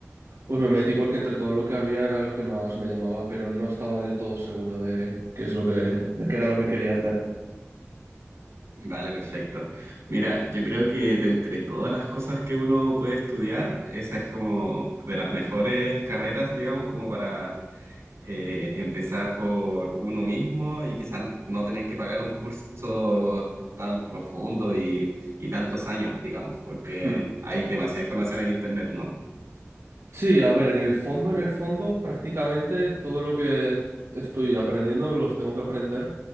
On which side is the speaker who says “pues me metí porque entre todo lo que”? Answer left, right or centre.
Right